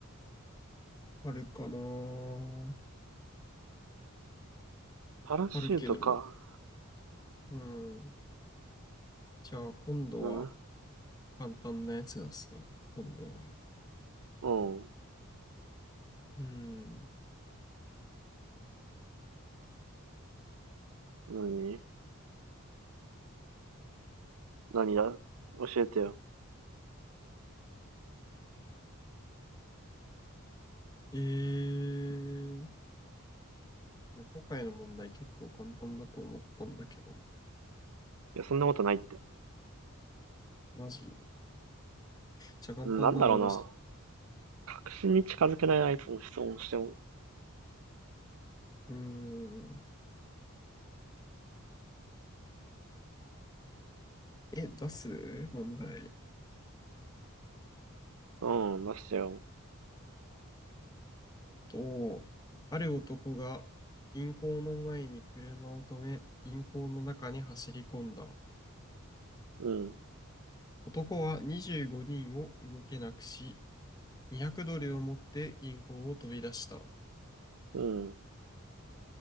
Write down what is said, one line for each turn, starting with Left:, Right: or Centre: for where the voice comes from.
Left: あるかなー
Right: パラシュートか。
Left: あるけど、うん。じゃあ、今度は
Right: なな。
Left: 簡単なやつ出すわ、今度は。
Right: うん。
Left: うん。ん
Right: なになにだ教えてよ。
Left: えー、いや今回の問題結構簡単だと思ったんだけどな。
Right: いや、そんなことないって。
Left: マジ。じゃあ、簡単なの出して。
Right: なんだろうな。確信に近づけない相手の質問をしても、
Left: うん。え、出す問題
Right: うん、出してよ。
Left: と、ある男が銀行の前に車を止め、銀行の中に走り込んだ。
Right: うん、
Left: 男は25人を動けなくし、200ドルを持って銀行を飛び出した。
Right: うん、